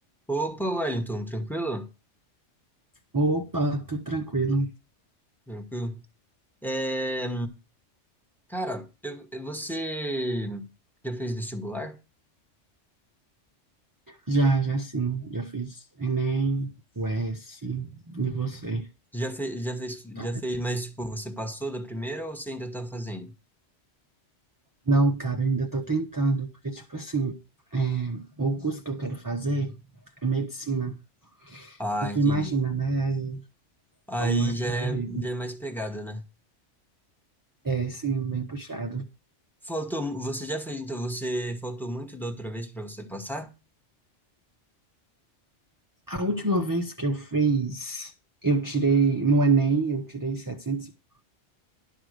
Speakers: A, in the centre; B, on the right (about 25°).
A: Opa, Wellington, tranquilo?
B: Opa, tudo tranquilo.
A: Tranquilo. É, cara, eu- eu- você já fez vestibular?
B: Já, já sim. Já fiz Enem, UES, e você?
A: Já fez, já fez,
B: Tá
A: já
B: bem?
A: fez, mas tipo, você passou da primeira ou você ainda tá fazendo?
B: Não, cara, eu ainda tô tentando, porque, tipo assim, é, o curso que eu quero fazer é medicina.
A: Ah,
B: Aí tu
A: entendi.
B: imagina, né? aí
A: Aí
B: Como é
A: já
B: concorrido.
A: é, já é mais pegada, né?
B: É, sim, bem puxado.
A: Faltou, você já fez, então você faltou muito da outra vez pra você passar?
B: A última vez que eu fiz, eu tirei, no Enem, eu tirei 720,